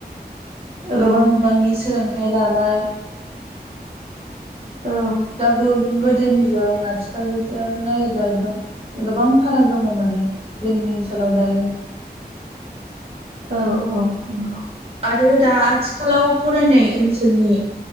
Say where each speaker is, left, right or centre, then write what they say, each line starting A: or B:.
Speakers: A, on the right; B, on the right.
A: औ
B: गोबां बिबांनि सोलों फाइ लाबाय।
A: औ
B: दा गोन गोदोनिजों आथिखालजों नायोब्ला गोबां फाराग दङ माने जोंनि ओनसोलाव दायो।
A: औ नंगौ
B: आरो दा आथिखालाव फरायनाय ओनसोलनि